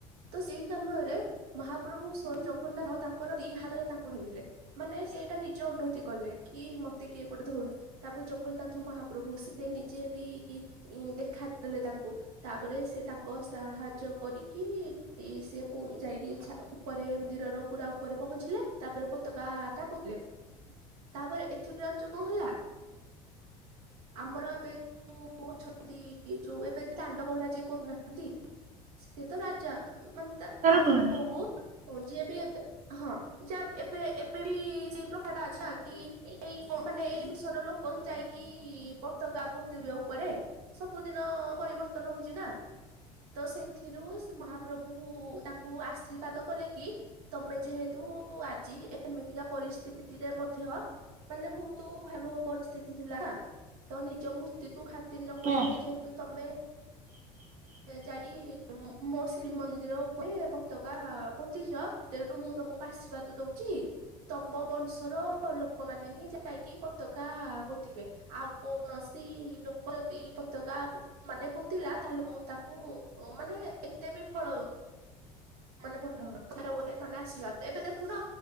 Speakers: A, on the right (about 60°); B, on the right (about 45°).
A: ତ ସେଇ ସମୟରେ ମହା ପ୍ରଭୁ ସ୍ଵୟଂ ଜଗନ୍ନାଥ ତାଙ୍କର ଦି ହାତରେ ତାଙ୍କୁ ଧରିଲେ ମାନେ ସେ ଏଟା ନିଜେ ଅନୁଭୂତି କଲେ କି ମତେ କିଏ ଗୋଟେ ଧରୁଚି ତାପରେ ଜଗନ୍ନାଥ ମହାପ୍ରଭୁ ଆସି ସେ ନିଜେ ବି ଦେଖାଦେଲେ ତାଙ୍କୁ ତାପରେ ସେ ତାଙ୍କ ସାହାଯ୍ୟ କରିି କି ଇ-ସିଏ ପୁଣ୍-ଯାଇକି ଛା-ଉପରେ ମନ୍ଦିରର ପୁରା ଉପରେ ପହଞ୍ଚିଲେ ତାପରେ ପତକା ଆଟା ପୋତିଲେ ତାପରେ ଏଥିରୁ ଯାଣିଚ କଣ ହେଲା? ଆମର ଏବେ ଯୋଉ ଅଛନ୍ତି ଯୋଉ ଏବେ ଦାଣ୍ଡ ପହଁରା ଯିଏ କରୁନାହାନ୍ତି ସେ ତ ରାଜା ମାନେ ତା ତା
B: ପହଁରା।
A: ସାଙ୍ଗକୁ ହଁ ଯିଏ ବି ଏବେ ହଁ ଯ ଏବେ ଏବେ ବି ସେଇ ପ୍ରଥାଟା ଅଛି କି ଏଇ ମାନେ ଏଇ ବିଷୟରେ ଲୋକ ହି ଯାଇକି ପତକା ପୋତିବେ ଉପରେ ସବୁଦିନ ପରିବର୍ତ୍ତନ ହଉଛି ନା। ତ ସେଥିରୁ ସେ ମହାପ୍ରଭୁ ତାଙ୍କୁ ଆଶୀର୍ବାଦ କଲେ କି ତମେ ଯେହେତୁ ତ ଆଜି ଏମିତିକା ପରିସ୍ଥିତିରେ ମଧ୍ୟ ମାନେ ବହୁତ ଭୟାବହ ପରିସ୍ଥିତି ଥିଲା ନା ତ ନିଜ ମୂର୍ତ୍ତିକୁୁ ଖାତିର ନକରି
B: ହଁ
A: ମଧ୍ୟ ଯେହେତୁ ତମେ
B: <inaudible>
A: ଯାଇ ମୋ ମୋ ଶ୍ରୀମନ୍ଦିର ଉପରେ ପତକା ପୋତିଚ ତେଣୁ ମୁଁ ତମକୁ ଆଶୀର୍ବାଦ ଦଉଚି ତମ ବଂଶର ଲୋକମାନେ ହିଁ ଯାଇକି ପତାକା ପୋ ତିବେ, ଆଉ କୌଣସି ଲୋକ ଯଦି ପତାକା ମାନେ ପୋତିଲା ତାହେଲେ ମୁଁ ତାକୁ ମାନେ ଏତେ ବି ଫଳ ମାନେ ଭଲ ହବ ଗୋଟେ ମାନେ ଆଶୀର୍ବାଦ ଏବେ ଦେଖୁନ